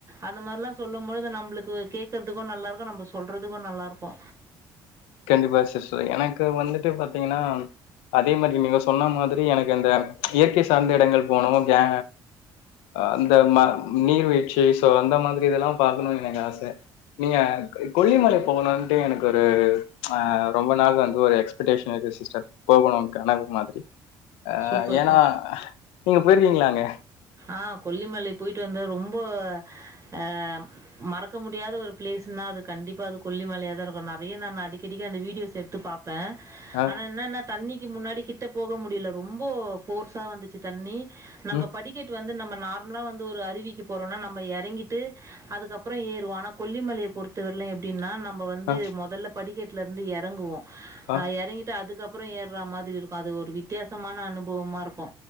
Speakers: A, on the right; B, on the left.
A: அந்த மாரில்லா சொல்லும் பொழுது நம்முளுக்கு கேக்குறதுக்கு நல்லா இருக்கு நம்ப சொல்றதுக்கு நல்லா இருக்கு
B: கண்டிப்பா சிஸ்டர் எனக்கு வந்துட்டு பாத்தீங்கனா அதே மாதிரி நீங்க சொன்ன மாதிரி எனக்கு இந்த ச் இயற்கை சார்ந்த இடங்கள் போனு ஏ அந்த ம நீர்வீழ்ச்சி சோ அந்த மாதிரி இதெல்லா பாக்கணு எனக்கு ஆச நீங்க கொல்லிமலை போகணுன்ட்டு எனக்கு ஒரு ஆ ரொம்ப நாள் வந்து ஒரு எக்ஸ்பெக்டேஷன் இருக்கு சிஸ்டர் போகணு கனவு மாதிரி ஆ
A: சூப்பர்ப்பா
B: ஏனா நீங்க போயிருக்கீங்களாங்க
A: ஆ கொல்லிமலை போய்ட்டு வந்த ரொம்ப ஆ மறக்க முடியாத ஒரு பிளேஸ்னா அது கண்டிப்பா அது கொல்லிமலையா தா இருக்கு நெறைய நா அடிக்கடிக்க அந்த வீடியோஸ் எடுத்து பாப் ப்ப
B: ஆ
A: ஆனா என்னன்ன தண்ணிக்கி முன்னாடி கிட்ட போக முடியல ரொம்ப போர்ஸா வந்துச்சு தண்ணி நம்ம
B: ம்
A: படிக்க வந்து நம்ப நார்மலா வந்து ஒரு அருவிக்கு போறோனா நம்ம எறங்கிட்டு அதுக்கப்புறோ ஏறுவோ ஆனா கொல்லிமலைய பொறு த்தவர்ல எப்டினா நம்ம வந்து
B: ஆ
A: முதல்ல படிக்கட்டுல இருந்து எறங்குவோ
B: ஆ
A: எறங்கிட்டு அதுக்கப் ப்புறோ ஏற மாதிரி இருக்கு அது ஒரு வித்தியாசமான அனுபவமா இருக்கு